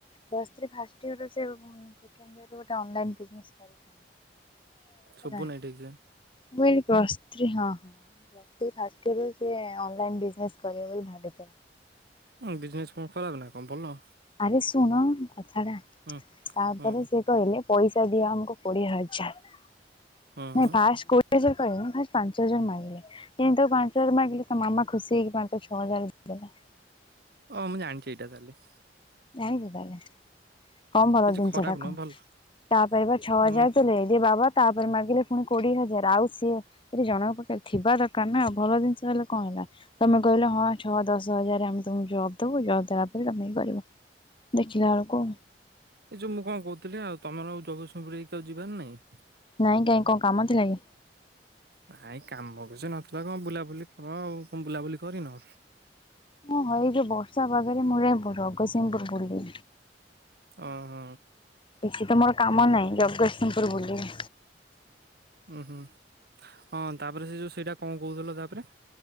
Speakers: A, on the left (about 30°); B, on the right (about 65°).
A: ପ୍ଲସ ଥ୍ରୀ ଫାଷ୍ଟ ଇୟର ରେ ସିଏ ସେଖେଣ୍ଡିୟରରେ ଗୋଟେ ଅଲ ଲାଇନ୍ ବିଯିନେସ କରିଥାନ୍ତା।
B: ଶୁବୁ
A: ହେଲା
B: ନାଇଁ ଠିକସେ।
A: ମୁଁ କଇଲି ପ୍ଲସ ଥ୍ରି ହଁ। Plus three first year online business କରିବ ବୋଲି ଭାବିଥିଲା।
B: ଉଁ ବିଜନେସ କଣ ଖରାପ ନା କଣ ଭଲ।
A: ଆରେ ଶୁଣ କଥା ଟା
B: ହୁଁ
A: ତାପରେ
B: ହୁଁ।
A: ସେ କଖିଲେ ପଇସା ଦିଅ ଆମକୁ କୋଡିଏ ହଜାର।
B: ହୁଁ
A: ନାଇଁ ଫାଷ୍ଟ କହୁ ହଜାର କି ଫା ପାଞ୍ଚ ହଜାର ମାଗିଲେ ଯେନ୍ତି ପାଞ୍ଚ ହଜାର ମାଗିଲେ ତା ମାମା ଖୁସି ହେଇକ ପାଞ୍ଚ ଛ ହଜାର ଦେଲେ
B: ଓ ମୁଁ ଜାଣିଛି ଏଇଟା ତାହଲେ।
A: ଜାଣିଚ ତାହେଲେ କଣ ବାବା
B: କିଛି
A: ଜିନିଷ
B: ଖରାପ
A: ଟା
B: ନୁହଁ
A: କଣ
B: ଭଲ।
A: ତାପରେ ପା ଛଅ ହଜାର
B: ଉଁ
A: ଦେଲେ। ଜେ ବାବା ତାପରେ ମାଗିଲେ ପୁଣି କୋଡିଏ ହଜାର ଆଉ ସିଏ କହିଲି ଜଣଙ୍କ ପାଖରେ ଥିବା ଦରକାର ନା ଭଲ ଜିନିଷ ହେଲେ କଣ ହେଲା। ତମେ କହିଲେ ହଁ ଛଅ ଦଶ ହଜାର ଆମେ ତମକୁ ଜବ ଦବୁ ଜବ ଦେଲା ପରେ ତମେ କରିବ ଦେଖିଲା ଏଳକୁ
B: ଏ ଯୋଉ ମୁଁ କଣ କହୁଥିଲି ଆଉ ତମର ଜତନ୍ସିଂପୂର୍କୁ ଆଉ ଯିବାର ନାଇଁ?
A: ନାଇଁ କାଇଁ କଣ କାମ ଥିଲା କି?
B: ନାଇଁ କାମ କିଛି ନଥିଲା କଣ ବୁଲାବୁଲି କର ଆଉକଣ ବୁଲାବୁଲି କରିନ?
A: ହଁ ଏଇ ଯେ ବର୍ଷା ପାଗରେ ମୋର ଯାଇ ଜଗତସିଂହପୁର ବୁଲି।
B: ଓ ହ।
A: କିଛି ତ ମୋର କାମ ନାହିଁ ଜଗତସିଂହପୁର ବୁଲିବି।
B: ଉଁ ହୁଁ ହଁ ତାପରେ ସେ ଯୋଉ ସେଇଟା କଣ କହୁଥିଲ ତାପରେ?